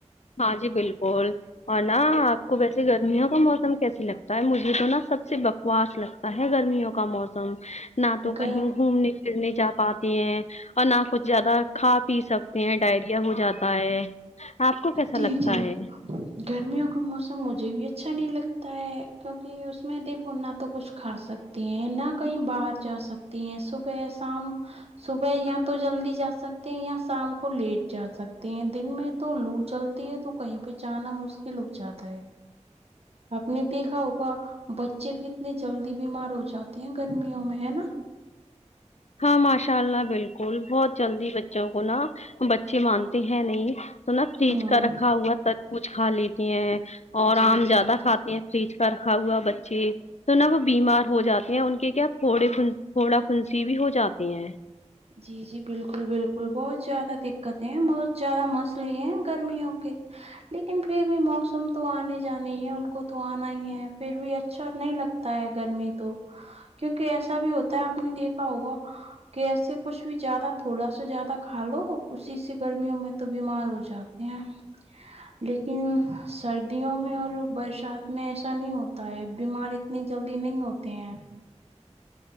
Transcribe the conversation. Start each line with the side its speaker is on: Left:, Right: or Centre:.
Left: ہاں جی بالکل اور نا آپ کو ویسے گرمیوں کا موسم کیس لگتا مجھے تو نا سب سے بکواس لگتا ہے گرمیوں کا موسم نہ تو
Right: گ
Left: کہیں گھومنے کرنے جا پاتی ہیں اور نہ کچھ زیادہ کھا پی سکتے ہیں ڈائریا ہو جاتا تا ہے آپ کو کیسا
Right: جی
Left: لگتا
Right: جی
Left: ہے
Right: گرمیوں کا موسم مجھے بھی اچھا نہیں لگ تا ہے کیونکہ اس میں دیکھو نہ تو کچھ کھا سکتی ہیں نہ کہیں باہر جا سکتے ہیں صبح شام صبح یاں تو جلدی جا سکتے ہیں یا شام کو لیٹ جا سکتے ہیں دن میں تو لو چلتی ہے تو کہیں پہ جانا مشکل ہو جاتا ہے آپ نے دیکھا ہوگا بچے کتنی جلدی بیمار ہو جاتے ہیں گرمیوں میں ہے نا
Left: ہاں ماشاء اللہ بالکل بہت جلدی بچوں کو نا بچے مانتے ہیں نہیں تو نا فریج
Right: ہاں
Left: کا رکھا ہوا تربوز کچھ کھا لیتی ہیں اور
Right: جی
Left: آم
Right: جی
Left: زیادہ
Right: جی
Left: کھاتی ہیں فریج کا رکھا ہوا بچے تو نا وہ بیمار ہو جاتے
Right: جی
Left: ہیں ان کے کیا پھوڑے پھوڑان سی بھی ہو جاتی ہیں
Right: جی جی بالکل بالکل بہت زیادہ دقت ہیں بہت زیادہ مسئلے ہیں گرمیوں کے لیکن پھر بھی موسم تو آنے جانے ہی ہے ان کو تو آنا ہی ہے پھر بھی اچا اچھا نہیں لگتا ہے گرمی تو کیونکہ ایسا بھی ہوتا ہے آپ نے دیکھا ہوگا کہ ایسے کچھ بھی زیادہ تھوڑا سا زیادہ کھا لو اسی سے گرمیوں میں تو بیمار ہو جاتے ہیں لیکن سردیوں میں اور برشات میں ایسا نہیں ہوتا ہے بیماری اتنی جلدی نہیں ہوتے ہیں